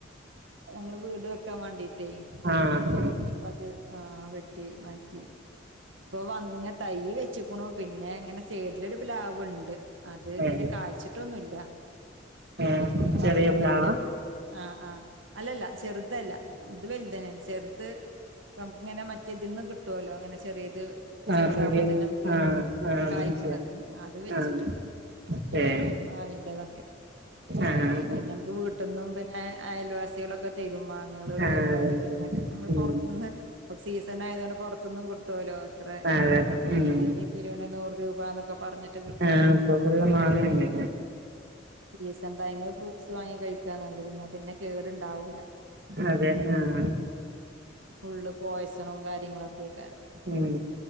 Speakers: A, on the right; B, on the right.
A: ഞങ്ങള് വീട് വെക്കാൻ വാണ്ടീട്ടേ.
B: ആഹ് ആ
A: അപ്പ അത് ആഹ് വെട്ടി മാറ്റി ഇപ്പൊ വന്ന തൈ വെച്ചുക്കുണു പിന്നെ ഇങ്ങനെ സൈ ലൊരു പ്ലാവുണ്ട്. അത്
B: ഏഹ്
A: പിന്നെ കായ്ച്ചിട്ടൊന്നുല്ല.
B: ഏഹ്
A: ഞങ്ങള
B: ചെറിയ
A: അടുത്തൊന്നും
B: പ്ലാവാ
A: പിന്നെ ആഹ് ആഹ്. അല്ലല്ല ചെറുതല്ല ഇത് വലുതന്നേണ്. ചെർ ഇപ്പം ഇങ്ങനെ മറ്റേതിന്ന് കി ട്ടോലോ ഇങ്ങനെ ചെറിയത് ചെറുതാകുമ്പം
B: ആഹ് പീടിയേ
A: തന്നെ നമുക്ക്
B: ആഹ് ആഹ്
A: കായ്ക്ക്ണത്
B: മനസ്സിലായി
A: അത് വെച്ചിട്ട്ണ്ട്.
B: ആഹ് ഏഹ്
A: മാവിന്റെതൊക്കെ.
B: ആഹ്
A: പിന്നെ നമക്ക് വീ ട്ട്ന്നും പിന്നെ അയൽവാസികളൊക്കെ തരും മാങ്ങകള് ഓൽക്കൊക്കെ
B: ആഹ്
A: ണ്ടായത്. പിന്നെ ക്കെ നമ്മൾ
B: ഉം
A: പൊർ ത്ത്ന്ന് പ്പം സീസൺ ആയതോണ്ട് പൊറത്തൊന്നും കിട്ടോലോ ഇത്രെ.
B: അതെ ഉം
A: പിന്നെ കിലോ ന് നൂറ് രൂപാന്നൊക്കെ പറഞ്ഞിട്ട് കിട്ടോലോ.
B: ആഹ് ഇപ്പൊ ഫുള്ള് മാങ്ങന്നെല്ലേ
A: സീസൺ ടൈമില് ഫ്രൂട്ട്സ് വാങ്ങി കഴിക്കാ നല്ലത്. ന്നാ പിന്നെ കേട് ണ്ടാവൂല.
B: അതെന്നെ ആഹ്
A: ഫുള്ള് പോയിസണും കാര്യങ്ങളൊക്കെക്കാരം
B: ഉം